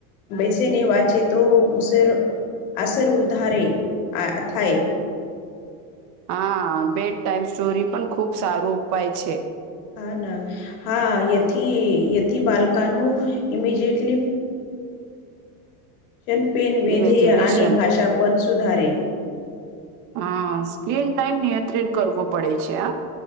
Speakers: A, on the left; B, on the right.
A: બેસી ને વાંચે તો ઉસર અસર ઉધારે આ થાય.
B: હા બેડ ટાઈમ સ્ટોરી પણ ખુબ સારો ઉપાય છે.
A: હા ના હા એથી એથી બાલકનું ઇમિજિયટલી ક્ષણપેન વધેય
B: ઇમેજિનેશન
A: અને ભાષાપન સુધારે.
B: હા સ્ક્રીન ટાઈમ નિયંત્રિત કરવો પડે છે આ